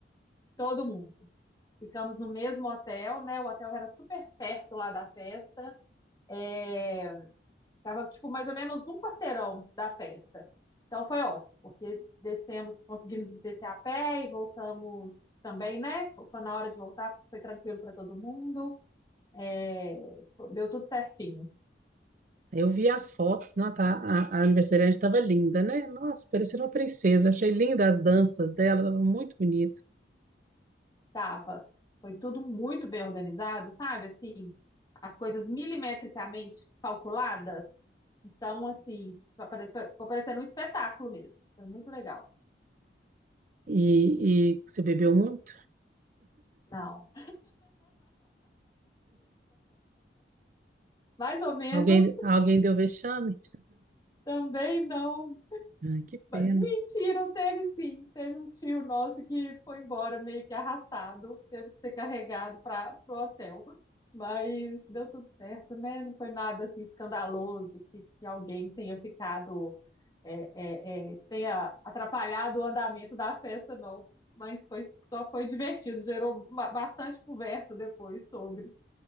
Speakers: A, on the left; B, on the right.
A: Todo mundo. Ficamos no mesmo hotel, né? O hotel era super perto lá da festa. É, tava, tipo, mais ou menos um quarteirão da festa. Então foi ótimo, porque descemos, conseguimos descer a pé e voltamos também, né? Quando na hora de voltar foi tranquilo para todo mundo. É, deu tudo certinho.
B: Eu vi as fotos, não, tá, a, a aniversariante estava linda, né? Nossa, parecia uma princesa. Achei linda as danças dela, estava muito bonito.
A: Tava. Foi tudo muito bem organizado, sabe? Assim, as coisas milimetricamente calculadas. Então, assim, ficou pare- ficou parecendo um espetáculo mesmo. Foi muito legal.
B: E, e você bebeu muito?
A: Não. Mais ou menos,
B: Alguém, alguém deu vexame?
A: também não.
B: Ai, que pena.
A: Mentira, teve sim. Teve um tio nosso que foi embora meio que arrastado, teve que ser carregado para o hotel. Mas deu tudo certo, né? Não foi nada assim escandaloso que, que alguém tenha ficado, é, é, é, tenha atrapalhado o andamento da festa, não. Mas foi, só foi divertido, gerou ba- bastante conversa depois sobre.